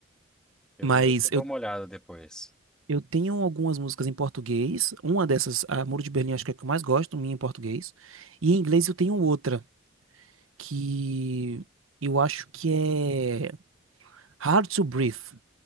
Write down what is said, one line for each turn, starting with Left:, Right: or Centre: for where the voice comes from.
Centre: Eu
Right: Mas
Centre: vou ver se eu dou
Right: eu
Centre: uma olhada depois.
Right: Eu tenho algumas músicas em português. Uma dessas, a Muro de Berlim, acho que é a que eu mais gosto, minha em português. E em inglês eu tenho outra, que eu acho que é Hard to Breathe,